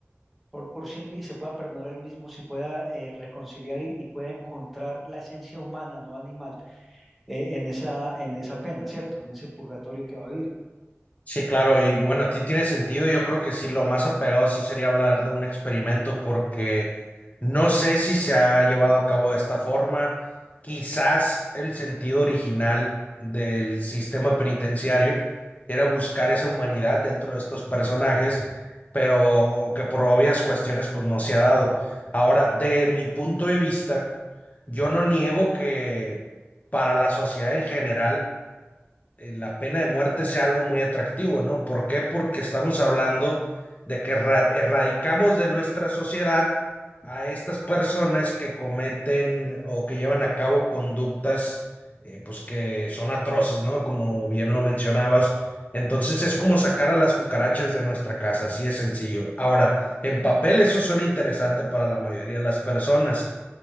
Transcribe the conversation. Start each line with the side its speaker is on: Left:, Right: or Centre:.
Centre: por, por sí mi- se pueda perdonar a él mismo, se pueda eh, reconciliar y, y pueda encontrar la esencia humana, no animal, eh, en esa, en esa pena, ¿cierto? En ese purgatorio que va a vivir.
Left: Sí, claro, y bueno, a ti tiene sentido. Yo creo que sí, lo más apegado sí sería hablar de un experimento, porque no sé si se ha llevado a cabo de esta forma. Quizás el sentido original del sistema penitenciario era buscar esa humanidad dentro de estos personajes, pero que por obvias cuestiones pues no se ha dado. Ahora, de mi punto de vista, yo no niego que para la sociedad en general eh, la pena de muerte sea algo muy atractivo, ¿no? ¿Por qué? Porque estamos hablando de que erra- erradicamos de nuestra sociedad a estas personas que cometen o que llevan a cabo conductas eh, pues que son atroces, ¿no? Como bien lo mencionabas. Entonces es como sacar a las cucarachas de nuestra casa, así es sencillo. Ahora, en papel eso suena interesante para la mayoría de las personas,